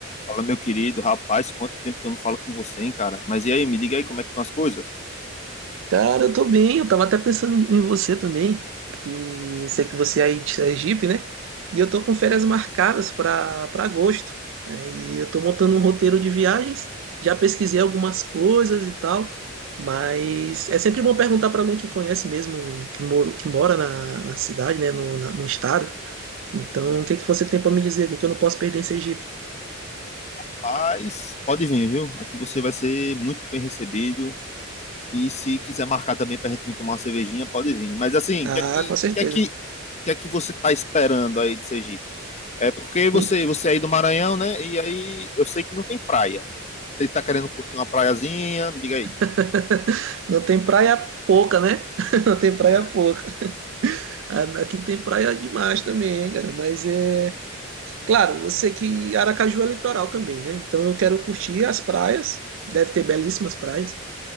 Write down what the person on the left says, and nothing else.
Fala, meu querido, rapaz, quanto tempo que eu não falo com você, hein, cara? Mas e aí, me diga aí como é que estão as coisas?
Sim.
Rapaz, pode vir, viu? Aqui você vai ser muito bem recebido. E se quiser marcar também pra gente vir tomar uma cervejinha, pode vir. Mas assim,
o que é que,
que é que, que é que você tá esperando aí de Sergipe? É porque você,
você é aí do Maranhão, né? E aí eu sei que não tem praia. Você tá querendo curtir uma praiazinha? Me diga aí.
É,
sim,